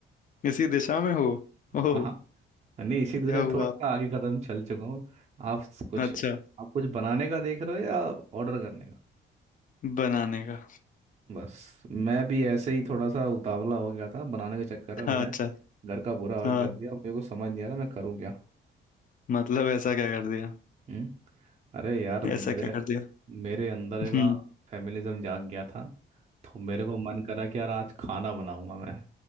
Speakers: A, on the left; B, on the right.
A: इसी दिशा में हो
B: <laughs>
A: ओह
B: हाँ हाँ। नहीं इसी दिशा
A: क्या हुआ
B: से थोड़ा
A: आप
B: सा आगे कदम चल चुका हूँ आप कुछ
A: अच्छा
B: आप कुछ बनाने का देख रहे हो या ऑर्डर करने का
A: बनाने का
B: बस मैं भी ऐसे ही थोड़ा सा उतावला हो गया था बनाने के चक्कर में मैंने
A: हाँ अच्छा
B: घर का बुरा हाल
A: हाँ
B: कर दिया मेरे को समझ नहीं आ रहा मैं करूँ क्या
A: मतलब ऐसा क्या कर दिया
B: हम्म अरे यार मेरे
A: ऐसा क्या कर दिया
B: मेरे अंदर का
A: हम्म
B: फेमिनिज्म जाग गया था तो मेरे को मन करा कि यार आज खाना बनाऊंगा मैं